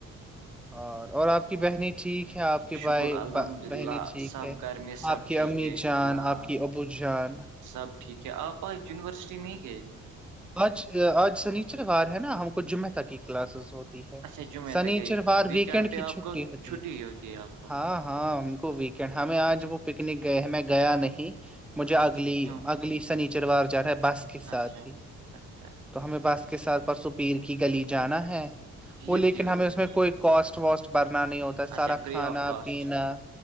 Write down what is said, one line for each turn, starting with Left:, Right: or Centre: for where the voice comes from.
Centre: اور اور آپ کی بہنی ٹھیک ہے آپ کے
Right: شکر
Centre: بھائی
Right: الحمد
Centre: بہنی
Right: للہ
Centre: ٹھیک
Right: سب
Centre: ہے آپ
Right: گھر میں سب
Centre: آپ کی
Right: ٹھیک
Centre: امی
Right: ہے
Centre: جان
Right: ہاں
Centre: آپ کی ابو جان
Right: سب ٹھیک ہے آپ آ یونیورسٹی نہیں گئے
Centre: آج آج سنیچروار ہے نا ہم کو جمعہ تک کی کلاسز ہوتی ہے
Right: اچھا جمعے
Centre: سنیچروار
Right: تک ہے
Centre: ویکینڈ
Right: پہ
Centre: کی
Right: آپ
Centre: چھٹی
Right: کو
Centre: ہوتی
Right: چھٹی
Centre: ہے
Right: ہوتی ہے آپ کو
Centre: ہاں ہاں ہم کو ویک کہ ہمیں آج
Right: اچھا
Centre: وہ
Right: اچھا
Centre: پکنک گئے ہیں میں گیا نہیں مجھے اگلی
Right: اچھا کیوں
Centre: اگلی شنیچروار جا رہا ہے بس کے ساتھ
Right: اچھا اچھا
Centre: ہی
Right: اچھا اچھا
Centre: تو ہمیں بس کے سات ب سپیر کی گلی جانا ہے
Right: بھیڑ
Centre: وہ لیکن
Right: کی گلی
Centre: ہمیں اس میں کوئی کوسٹ واسٹ برنا نہیں ہوتا ہے سارا
Right: اچھا فری
Centre: کھانا
Right: آف کاسٹ
Centre: پینا